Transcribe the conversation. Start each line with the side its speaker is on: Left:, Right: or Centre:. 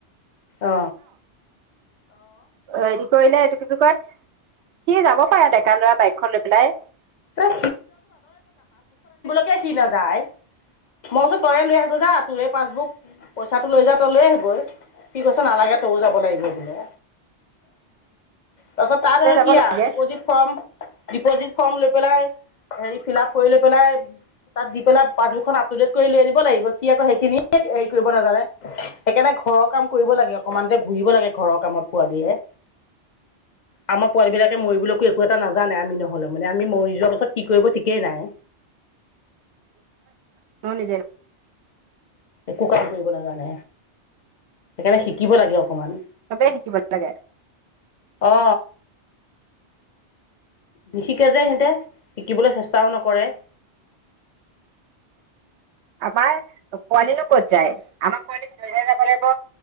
Left: অ,
Right: অ, হেৰি কৰিলে। এইটো কি কয় সি যাব পাৰো ডেকা লৰা বাইকখন লৈ পেলাই।
Left: এই কি নাযায়। মই কৈছো। তই লৈ আহগৈ যা তোৰে পাছবুক পইচাটো লৈ যা তই লৈ আহা গৈ সি কৈছে নালাগে তই যাব লাগিব। এনে তাৰপাছত তাত
Right: নিজে
Left: আৰু
Right: যাব
Left: কি
Right: নালাগে
Left: আৰু ডিপজিট ফৰ্ম ডিপজিট ফৰ্ম লৈ পেলাই হেৰি ফিল আপ কৰি লৈ পেলাই। তাত দি পেলাই পাছবুকখন আপটুডেট কৰি লৈ আনিব লাগিব কি আকৌ সেইখিনিয়ে হেৰি কৰিব নাজানে। ঘৰৰ কাম কৰিব লাগে অকনমান যে ঘূৰিব লাগে ঘৰৰ কামত পোৱ দিয়ে। আমাৰ পোৱালী বিলাকে মৰিবলৈকো একো এটা নাজানে আমি নহলে মানে। আমি মৰি যোৱাৰ পাছত কি কৰিব ঠিকেই নাই।
Right: গ নিজেই
Left: একো কাম কৰিব নাজানে। সেইকাৰণে শিকিব লাগে। অকমান।
Right: চবেই শিকিব লাগে
Left: অ। বিশেষযে সিহঁতে, শিকিবলৈ চেষ্টাও নকৰে। <inaudible>
Right: আমাৰ পোৱালি নো ক'ত যায়। আমাৰ পোৱালি লৈ যাই যাব লাগিব।